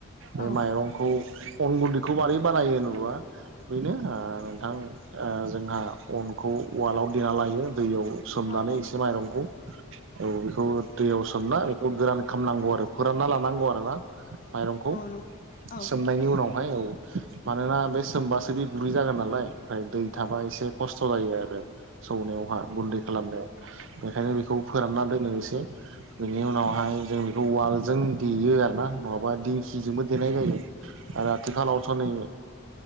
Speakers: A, on the right; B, on the left.
A: बे
B: औ
A: माइरंखौ अन गुन्दैखौ मारै बानायो होना बेनो नोंथां जोंहा अन खौ उवालाव देना लायो दैयाव सोमनानै
B: औ
A: एसे माइरंखौ औ बेखौ दैयाव सोमना बेखौ गोरान खालामनांगौ आरो फोरानना लानांगौ आरो ना माइरंखौ
B: नंगौ
A: सोमनायनि
B: औ
A: उनाव माय औ मानोना बे सोमबासो बे गुरै जागोन नालाय ओफ्राय दै थाबा
B: औ
A: एसे खस्थ' खस्थ' जायो आरो सौनायावहा गुन्दै खालामनायाव बेखायनो
B: औ
A: बेखौ फोराननानै एसे बेनि उनावहाय जों बेखौ वालजों देयो आरोना नङाबा बा दिंखिजोंबो देनाय जायो आरो आथिखालावथ' नै